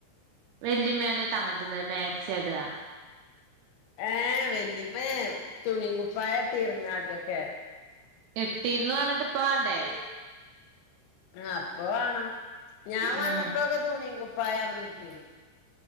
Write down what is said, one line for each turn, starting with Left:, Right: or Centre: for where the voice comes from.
Right: വെല്ലിമ്മേന്റെ തങ്ങത്തിന്ന്. മാക്സിയാ ഇടാ.
Left: ഏഹ്. വല്ലിമ്മേ തുണി കുപ്പായട്ടീർന്ന് ആദ്യൊക്കെ.
Right: ഇട്ടീർന്നു പറഞ്ഞിട്ട് ഇപ്പൊ വാണ്ടേ?
Left: ആഹ് അപ്പ വാണം. ഞാൻ വന്നപ്പോക്കെ
Right: ഉം
Left: തുണി കുപ്പായാർന്ന് ഇട്ടിന്.